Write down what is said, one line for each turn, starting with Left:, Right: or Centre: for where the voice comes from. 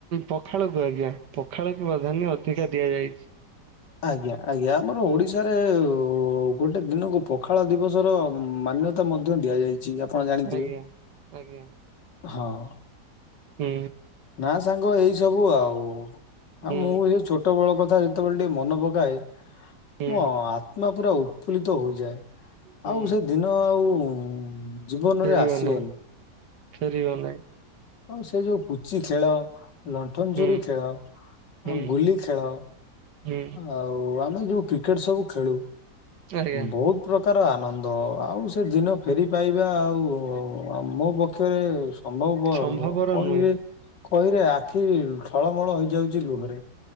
Right: ପଖାଳକୁ ଆଜ୍ଞା ପଖାଳକୁ ପ୍ରଧାନ୍ୟ ଅଧିକା ଦିଆଯାଇଚି।
Left: ଆଜ୍ଞା ଆଜ୍ଞା। ଆମର ଓଡ଼ିଶାରେ ଗୋଟେ ଦିନକୁ ପଖାଳ ଦିବସର ମାନ୍ୟତା ମଧ୍ୟ ଦିଆଯାଇଚି। <unintelligible> ଆପଣ ଜାଣିଥିବେ
Right: ଆଜ୍ଞା ଆଜ୍ଞା
Left: ହଁ।
Right: ହୁଁ।
Left: ନା ସାଙ୍ଗ ଏଇ ସବୁ ଆଉ ହ
Right: ହୁଁ
Left: ମୁଁ ସେ ଛୋଟବେଳ କଥା ଯେତେବେଳେ ଟିକେ ମନେ ପକାଏ
Right: ହୁଁ
Left: ମୋ ଆତ୍ମା ପୁରା ଉତ୍ଫୁଲ୍ଲିତ ହୋଇଯାଏ
Right: ହୁଁ।
Left: ଆଉ ସେ ଦିନ ଆଉ ହୁଁ ଜୀବନ
Right: ଫେରିବ
Left: ରେ ଆସିବନି।
Right: ନାହିଁ ଫେରିବ ନାଇଁ।
Left: ଆଉ ସେ ଯୋଉ କୁଚି ଖେଳ ଲଣ୍ଠନ
Right: ହୁଁ
Left: ଚୋରି ଖେଳ
Right: ହୁଁ
Left: ଆଉ ଗୁଲି ଖେଳ
Right: ହୁଁ
Left: ଆଉ ଆମେ ଯୋଉ କ୍ରିକେଟ ସବୁ ଖେଳୁ
Right: ଆଜ୍ଞା।
Left: ବହୁତ ପ୍ରକା ପ୍ରକାର ଆନନ୍ଦ ଆଉ ସେ ଦିନ ଫେରି ପାଇବା ଆଉ ମୋ ପକ୍ଷରେ ସମ୍ଭବ ବର
Right: ସମ୍ଭବର
Left: ନୁହଁ କହିଲେ
Right: ନୁହେଁ
Left: କହିଲେ ଆଖି ଠଳମଳ ହେଇଯାଉଚି ଲୁହରେ।